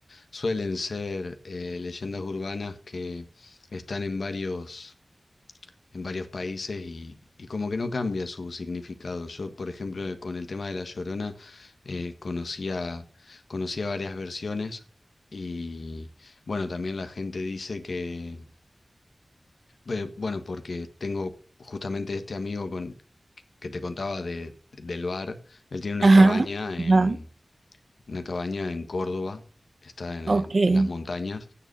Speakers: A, on the left; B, on the right.
A: suelen ser eh, leyendas urbanas que están en varios en varios países y, y como que no cambia su significado. Yo, por ejemplo, eh, con el tema de La Llorona, eh, conocía, conocía varias versiones y bueno, también la gente dice que, eh, bueno, porque tengo justamente este amigo con, que te contaba de, del bar, él tiene una
B: Ajá,
A: cabaña
B: ajá,
A: en, una cabaña en Córdoba, está en
B: ok.
A: en- en las montañas.